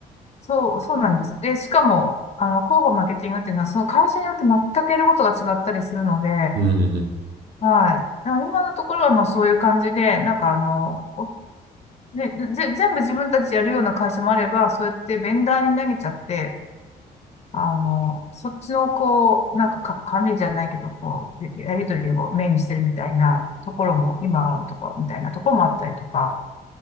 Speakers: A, on the left (about 35°); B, on the right (about 55°).
A: そう、そうなんです。で、しかも、あの、広報、マーケティングっていうのは、その会社によって全くやることが違ったりするので、
B: うんうんうん。
A: はい。だから今のところはまあそういう感じで、なんかあの、おで、ぜ、全部自分たちやるような会社もあれば、そうやってベンダーに投げちゃって、あの、そっちのこう、なんか、か、管理じゃないけど、こう、ややりとりをメインにしてるみたいなところも、今のところみたいなところもあったりとか、